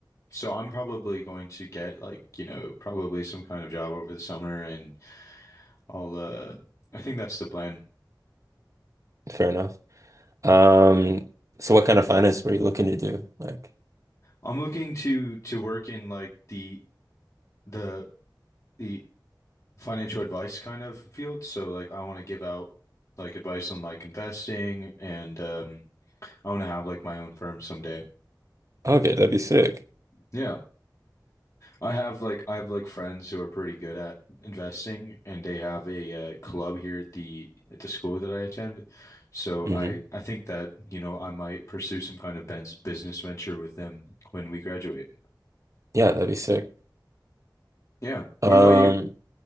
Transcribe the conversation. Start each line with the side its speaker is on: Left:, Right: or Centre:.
Left: so I'm probably going to get like, you know, probably some kind of job over the summer and I'll uh I think that's the plan.
Right: fair enough. Um so what kind of finance were you looking to do? Like,
Left: I'm looking to to work in like the the the financial advice kind of field. So like I want to give out like advice on like investing and um I want to have like my own firm someday.
Right: okay, that'd be sick.
Left: Yeah. I have like I have like friends who are pretty good at investing and they have a uh, club here at the at the school that I attend. So
Right: hmm
Left: I I think that, you know, I might pursue some kind of Ben's business venture with them when we graduate.
Right: Yeah, that'd be sick.
Left: Yeah.
Right: Um,
Left: What about you?